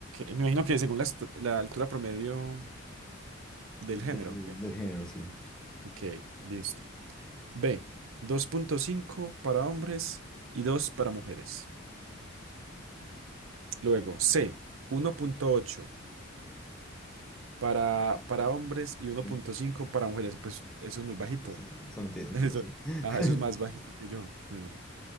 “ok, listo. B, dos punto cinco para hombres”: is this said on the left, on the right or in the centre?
Right